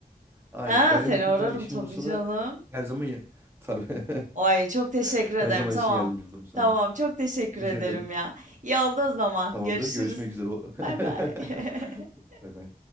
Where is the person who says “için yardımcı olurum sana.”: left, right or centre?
Right